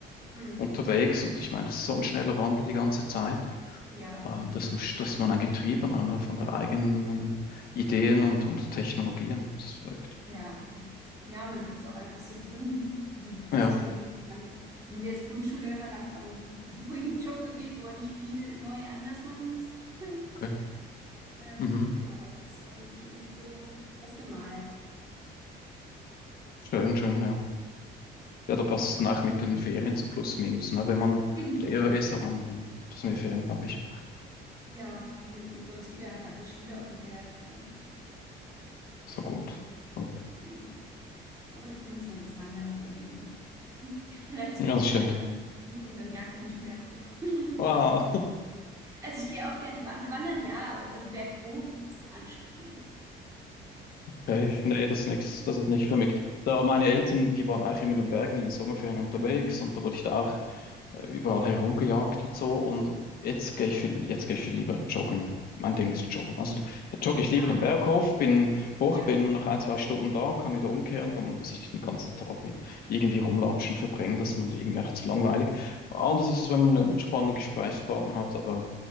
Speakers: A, on the right (about 15°); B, on the left (about 55°).
A: hm.
B: unterwegs und ich meine, das ist so ein schneller Wandel die ganze Zeit.
A: Ja,
B: Äh,
A: da
B: dass
A: eh.
B: man, dass man ein Getriebener, ne, von der eigenen ähm, Ideen und, und Technologien. Das ist verrückt
A: Ja, ja, man hat es auch einfach so drin im
B: Ja,
A: System schon so lange. Wenn der ist Grundschullehrer, der hat auch noch einen <laughs> ruhigen Job gewählt, wo er nicht viel neu anders machen muss. <laughs>
B: okay.
A: Ähm,
B: Mhm.
A: genau, aber das hat er sich irgendwie so ausgemalt.
B: Schön, schön,
A: Ja,
B: ja. Ja, da passt es nach mit den Ferien so plus minus. Ne? Wenn man
A: genau.
B: Lehrer ist, hat man das mehr Ferien, glaube ich.
A: Ja, viel. Und sonst geht er halt nach der Schule auf den Berg oder.
B: So
A: Ähm,
B: gut. Top.
A: ja. Aber dafür muss man das Wandern sehr mögen. <laughs> Mir reicht es,
B: Ja,
A: wenn ich
B: das
A: ihn
B: stimmt.
A: dann einmal buche und dann jagt er mich einen Berg hoch. <laughs>
B: Wow.
A: Also ich gehe auch gerne wandern. Wandern ja, aber also berghoch ist anstrengend.
B: Okay,
A: Das
B: nee,
A: geht.
B: das ist nix, das ist nicht für mich. Da meine Eltern, wir waren auch immer in den Bergen in den Sommerferien unterwegs
A: Hm.
B: und da wurde ich da auch äh, überall herumgejagt und so. Und jetzt gehe ich viel, jetzt gehe ich viel lieber joggen. Mein Ding ist joggen. Also da jogge ich lieber
A: Ah,
B: den Berg hoch, bin hoch,
A: ja,
B: bin nach ein, zwei Stunden da, kann wieder umkehren, dann muss ich nicht den ganzen Tag mit irgendwie rumlatschen verbringen, das ist mir irgendwie auch zu langweilig. Anders ist es, wenn man einen spannenden Gesprächspartner hat, aber